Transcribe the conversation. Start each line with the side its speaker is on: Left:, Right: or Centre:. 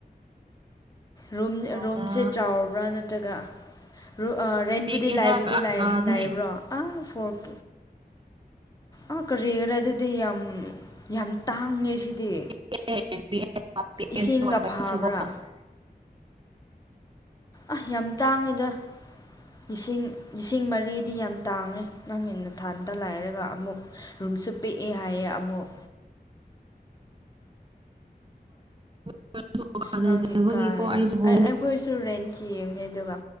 Left: ꯔꯨꯝ
Right: ꯑꯗ
Left: ꯔꯨꯝꯁꯦ ꯆꯥꯎꯕ꯭ꯔꯥ ꯅꯠꯇ꯭ꯔꯒ ꯔꯨ ꯔꯦꯟꯕꯨꯨꯇꯤ
Right: ꯄꯤꯛꯑꯦꯗ
Left: ꯂꯩꯕꯗꯤ
Right: ꯀꯥ
Left: ꯂꯩꯕꯗꯤ ꯂꯩ
Right: ꯀꯥꯗꯤ
Left: ꯂꯩꯕ꯭ꯔꯣ ꯑꯥ ꯐꯣꯔꯛ ꯑꯥ ꯀꯔꯤꯒꯤꯔꯥ ꯑꯗꯨꯗꯤ ꯌꯥꯝ ꯌꯥꯝ ꯇꯥꯡꯉꯦ ꯁꯤꯗꯤ
Right: <unintelligible>
Left: ꯏꯁꯤꯡꯒ ꯐꯕ꯭ꯔꯥ ꯑ ꯌꯥꯝ ꯇꯥꯡꯉꯤꯗ ꯂꯤꯁꯤꯡ ꯂꯤꯁꯤꯡ ꯃꯔꯤꯗꯤ ꯌꯥꯝ ꯇꯥꯡꯉꯦ ꯅꯪ ꯅꯊꯟꯇ ꯂꯩꯔꯒ ꯑꯃꯨꯛ ꯔꯨꯝꯁꯨ ꯄꯤꯛꯑꯦ ꯍꯥꯏꯌꯦ ꯑꯃꯨꯛ
Right: <unintelligible>
Left: ꯅꯪꯗꯤ ꯀꯥꯏ ꯑꯩꯈꯣꯏꯁꯨ ꯔꯦꯟ ꯊꯤꯕꯅꯦ ꯑꯗꯨꯒ